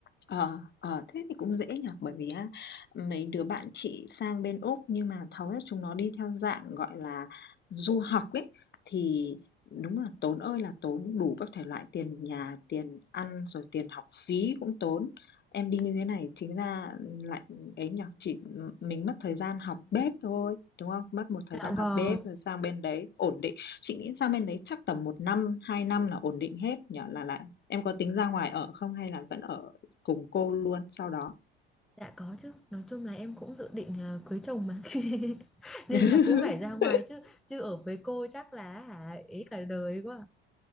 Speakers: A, on the left (about 35°); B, in the centre.
A: Ờ, ờ, thế thì cũng dễ nhỉ, bởi vì á, mấy đứa bạn chị sang bên Úc nhưng mà hầu hết chúng nó đi theo dạng, gọi là, du học ấy, thì đúng là tốn ơi là tốn, đủ các thể loại tiền nhà, tiền ăn, rồi tiền học phí cũng tốn. Em đi như thế này chính ra lại ấy nhỉ, chỉ mình mất thời gian học bếp thôi, đúng không? Mất một thời
B: dạ
A: gian học
B: vâng
A: bếp rồi sang bên đấy ổn định. Chị nghĩ sang bên đấy chắc tầm một năm, 2 năm là ổn định hết nhỉ, là lại em có tính ra ngoài ở không hay là vẫn ở Cùng cô luôn sau đó.
B: dạ có chứ nói chung là em cũng dự định ờ, cưới chồng mà <laughs> nên
A: <laughs>
B: là cũng phải ra ngoài chứ chứ ở với cô chắc là hả ý cả đời quá